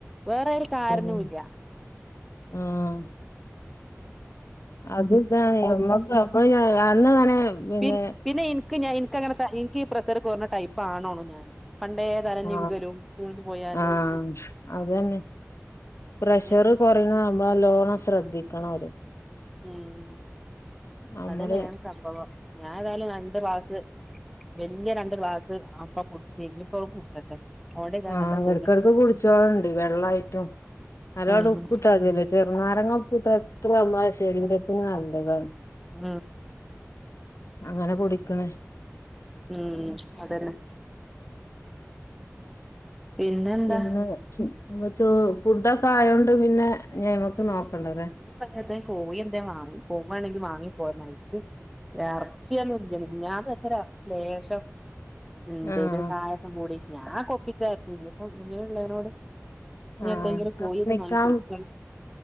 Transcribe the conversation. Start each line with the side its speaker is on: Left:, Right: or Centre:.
Centre: വേറെരു കാരണവും
Left: ഉം
Centre: ഇല്ല
Left: ആഹ് അത് ഇതണോണ് നമ്മക്ക് അപ്പഠ <inaudible> അന്ന്ങ്ങനെ പിന്നെ
Centre: പി എനിക്ക് ഞാൻ എനിക്കങ്ങനെ എനിക്ക് ഈ പ്രഷർ കുറഞ്ഞ ടൈപ്പ്ണോ ഞാന് പണ്ടേ തലനിവുകലും
Left: ആ
Centre: സ്കൂളിന്ന് പോയാണ്ടും
Left: ആ അതന്നെ പ്രഷർ
Centre: അങ്ങനൊരിത്
Left: കുറയ്ണത് ആവുമ്പോ നലോണം ശ്രദ്ധിക്കണം ഓല്
Centre: ഉം
Left: നമ്മള്
Centre: അതെന്നെയാണ് സംഭവം ഞാൻ ഏതായാലും രണ്ട് ഗ്ലാസ് <unintelligible> തായാലുംവാസ് വല് രണ്ട് ഗ്ലാസ് അപ്പോ കുടിച്ച് ഇനിപ്പ കുടിച്ചട്ടെ അതോണ്ട് ഇതാ
Left: ആ
Centre: നല്ല സുഖണ്ട്
Left: ഇടകടക്ക് കുടിച്ചോളണ്ടി വെള്ളായിട്ടും നല്ലോണ്ട്
Centre: ഉം
Left: ഉപ്പിട്ടാ അതില്ല <unintelligible> ചെറുനാരങ്ങ ഉപ്പിട്ടാ എത്ര ശരീരത്തിന് നല്ലതാണ്
Centre: ആ
Left: അങ്ങനെ കുടിക്കണേ
Centre: ഉം അതന്നെ പിന്നെന്താ
Left: പിന്നെ അപ്പ <unintelligible> ഫുഡൊക്കെ ആയോണ്ട് പിന്നെ ഞയ്മക്ക്
Centre: ഉ
Left: നോക്കണ്ടല്ലേ
Centre: ഇനി ഇപ്പൊ <unintelligible> കോഴിഎന്താ വാങ്ങണംപോവുവാണെങ്കിൽ വാങ്ങി പോരണം ആയിക്ക് ഇറച്ചി ഒന്നും ഇല്ല മിനിഞ്ഞാന്ന് വെച്ച ഇറച്ചിലേഷം എന്തേലും
Left: ആഹ്
Centre: ഒരു. കായകം കൂടി ഞാൻ ഒപ്പിച്ചായിരുന്നു ഇനിപ്പം ഇനിള്ളേനോട് ഇനിഎന്തെങ്കിലും
Left: ആഹ് കാണിക്കാം
Centre: കോഴി വാങ്ങി പൊരിക്കണം